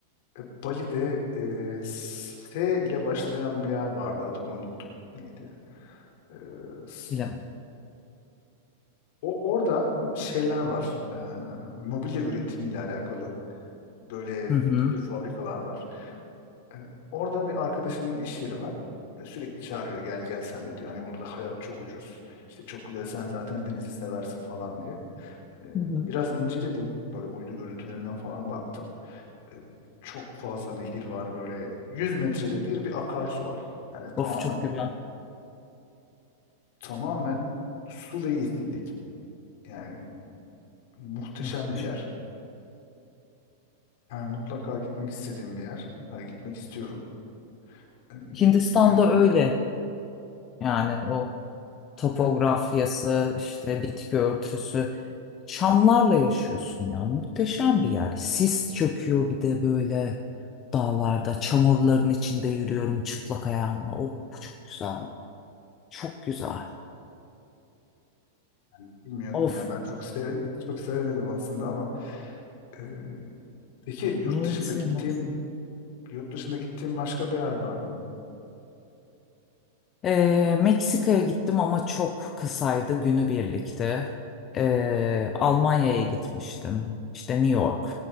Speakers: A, on the left; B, on the left.
A: E, Bali'de e, S ile başlayan bir yer vardı. Adını unuttum. Neydi? E, s-
B: Bilemedim.
A: o orada şeyler var. E, mobilya üretimiyle alakalı böyle
B: Hı hı.
A: bir sürü fabrikalar var. E, orada bir arkadaşımın iş yeri var. E, sürekli çağırıyor gel gel sen de diyor. Hani burada hayat çok ucuz. İşte çok güzel sen zaten denizi seversin falan diye. E,
B: Hı hı.
A: biraz inceledim. Böyle uydu görüntülerinden falan baktım. e, çok fazla nehir var böyle 100 metrede bir bir akarsu var. Yani tamamen
B: Of çok güzel.
A: tamamen su ve yeşillik. Yani muhteşem
B: Muhteşem.
A: bir yer. Yani mutlaka gitmek istediğim bir yer. Hani gitmek istiyorum. Ee,
B: Hindistan'da
A: bilmiyorum.
B: öyle. Yani o topografyası, işte bitki örtüsü. Çamlarla yaşıyorsun ya. Muhteşem bir yer. Sis çöküyor bir de böyle dağlarda. Çamurların içinde yürüyorum çıplak ayağımla. Of çok güzel. Çok güzel.
A: Yani bilmiyorum
B: Of.
A: ya. Ben çok sev <laughs> ben çok sevemedim aslında ama e, peki yurt
B: Neyi
A: dışında
B: sevmez?
A: gittiğin yurt dışında gittiğin başka bir yer var mı?
B: Ee, Meksika'ya gittim ama çok kısaydı günübirlikti. Ee, Almanya'ya gitmiştim. İşte New York,